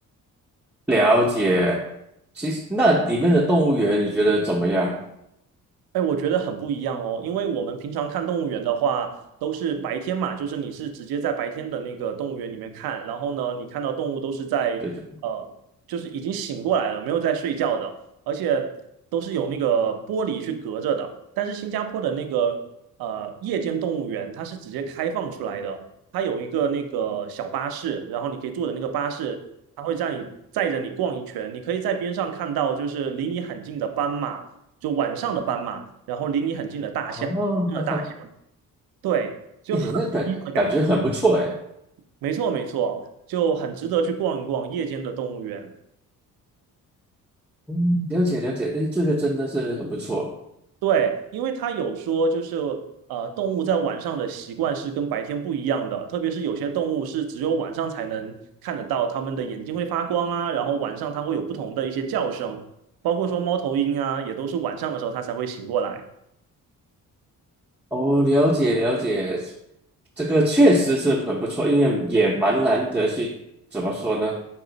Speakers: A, in the centre; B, on the right.
A: 了解。其实那里面的动物园你觉得怎么样？
B: 哎，我觉得很不一样哦，因为我们平常看动物园的话，都是白天嘛，就是你是直接在白天的那个动物园里面看，然后呢，你看到动物都是在呃，
A: 觉得
B: 就是已经醒过来了，没有在睡觉的，而且都是有那个玻璃去隔着的。但是新加坡的那个呃夜间动物园，它是直接开放出来的，它有一个那个小巴士，然后你可以坐的那个巴士，它会让你载着你逛一圈，你可以在边上看到就是离你很近的斑马，就晚上的斑马。然后离你很近的大象，
A: 啊，<laughs>
B: 真的大象，对，就很不一样的感觉。
A: 哎，那感感觉很不错哎。
B: 没错，没错，就很值得去逛一逛夜间的动物园。
A: 嗯了解了解，哎，这个真的是很不错
B: 对，因为他有说，就是呃，动物在晚上的习惯是跟白天不一样的，特别是有些动物是只有晚上才能看得到，它们的眼睛会发光啊，然后晚上它会有不同的一些叫声，包括说猫头鹰啊，也都是晚上的时候它才会醒过来。
A: 哦。了解了解，这个确实是很不错，因为也蛮难得去怎么说呢？